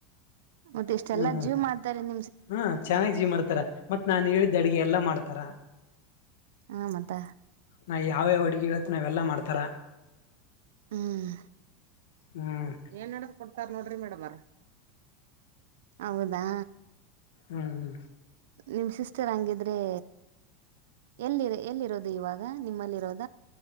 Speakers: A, on the right; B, on the left.
A: ಮತ್ತೆ ಇಷ್ಟ
B: ಹ್ಮ್
A: ಎಲ್ಲ ಜೀವ್ ಮಾಡ್ತಾರೆನ್ -
B: ಹಾ ಚೆನ್ನಾಗ್ ಜೀವ್ ಮಾಡ್ತಾರ ಮತ್ತ್ ನಾನ್ ಹೇಳಿದ್ದ ಅಡ್ಗೆ ಎಲ್ಲಾ ಮಾಡ್ತಾರ
A: ಹ ಮತ್ತ
B: ನಾ ಯಾವ್ಯಾವ ಅಡ್ಗೆ ಹೇಳತ್ತ ನಾವೆಲ್ಲಾ ಮಾಡ್ ತರ
A: ಹ್ಮ್
B: ಹ್ಮ್
A: ಏನ್ ನಡಕ್ ಕೊಡ್ತಾರ ನೋಡ್ರಿ ಮೇಡಮ್ ಹೌದಾ
B: ಹ್ಮ್
A: ನಿಮ್ ಸಿಸ್ಟರ್ ಹಂಗಿದ್ದ. ಅದೇ ಎಲ್ಲಿರ ಎಲ್ಲಿರೋದು ಇವಾಗ ನಿಮ್ಮಲ್ಲಿರೋದ್